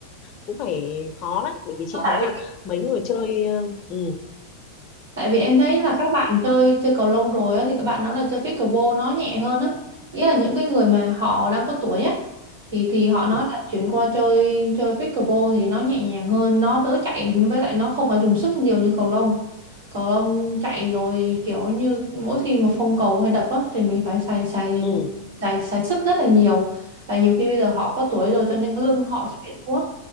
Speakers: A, on the left (about 35°); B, on the right (about 65°).
A: cũng phải khó đấy bởi vì chị
B: Tại
A: thấy là mấy người chơi ờ, ừ
B: Tại vì em thấy là các bạn chơi chơi cầu lông rồi á thì các bạn nói là chơi pickleball nó nhẹ hơn á. Ý là những cái người mà họ đang có tuổi á thì thì họ
A: ừ
B: nói là chuyển qua chơi chơi pickleball thì nó nhẹ nhàng hơn, nó đỡ chạy với lại nó không phải dùng sức nhiều như cầu lông. Cầu lông chạy rồi kiểu như mỗi khi mà phong cầu hay đập á thì mình phải xài xài
A: ừ
B: xài xài sức rất là nhiều và nhiều khi bây giờ họ có tuổi rồi cho nên cái lưng họ sẽ bị đau á.